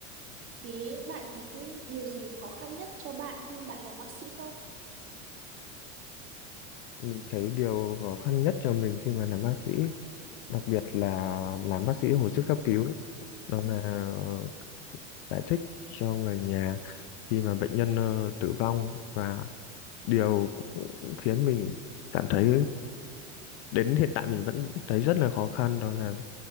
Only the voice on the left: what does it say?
mình thấy điều khó khăn nhất cho mình khi mà làm bác sĩ đặc biệt là làm bác sĩ hồi sức cấp cứu ấy. Đó
là ờ, giải thích cho người nhà khi mà bệnh nhân ờ, tử vong và điều cũng khiến mình cảm thấy đến hiện tại mình vẫn thấy rất là khó khăn đó là